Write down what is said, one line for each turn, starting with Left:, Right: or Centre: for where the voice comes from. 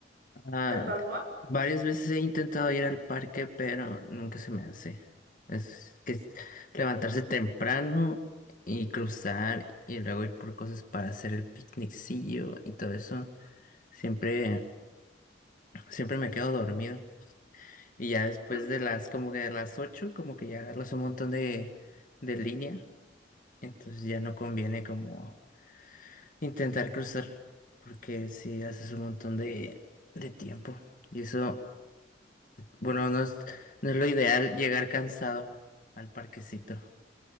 Left: Ah,
Right: ¿Al Balboa?
Left: c- varias veces he intentado ir al parque, pero nunca se me hace. Es que es levantarse temprano y cruzar y luego ir por cosas para hacer el picnicillo y todo eso. Siempre, siempre me quedo dormido. Y ya después
Right: <laughs>
Left: de las, como que de las ocho, como que ya agarras un montón de, de línea. Entonces ya no conviene como Intentar cruzar, porque si haces un montón de, de tiempo. Y eso, bueno, no es, no es lo ideal llegar cansado al parquecito.